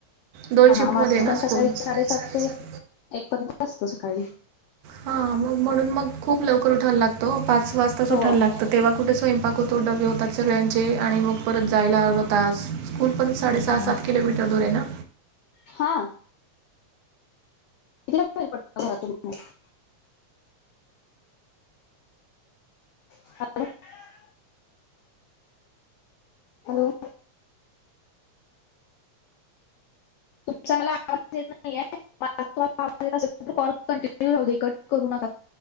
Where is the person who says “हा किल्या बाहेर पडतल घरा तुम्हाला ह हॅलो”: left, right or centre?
Left